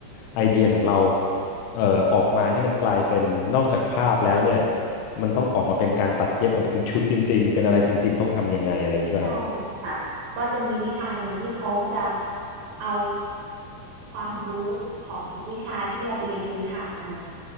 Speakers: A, on the left (about 85°); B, on the right (about 60°).
A: ไอเดียของเราเอ่อออกมาให้มันกลายเป็นนอกจากภาพแล้วเนี่ยมันต้องออกมาเป็นการตัดเย็บออกมาเป็นชุดจริงๆเป็นอะไรจริงๆต้องทำยังไงอะไรอย่างนี้ป่ะครับ
B: ใช่ค่ะ ก็จะมีวิชาหนึ่งที่เขาก็จะเอาความรู้ของทุกวิชาที่เราไปเรียนพื้นฐานมาเนี่ย